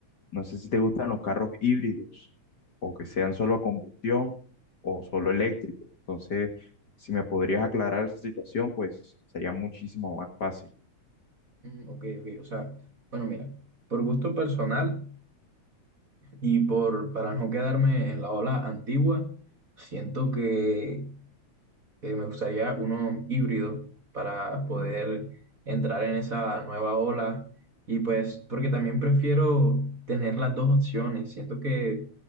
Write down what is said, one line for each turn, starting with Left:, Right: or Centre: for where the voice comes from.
Left: No sé si te gustan los carros híbridos o que sean solo a combustión o solo eléctricos. Entonces, si me podrías aclarar esa situación, pues sería muchísimo más fácil.
Right: Mm, ok, ok, o sea, bueno, mira, por gusto personal. Y por, para no quedarme en la ola antigua, siento que eh, me gustaría uno híbrido para poder entrar en esa nueva ola. Y pues, porque también prefiero tener las dos opciones. Siento que,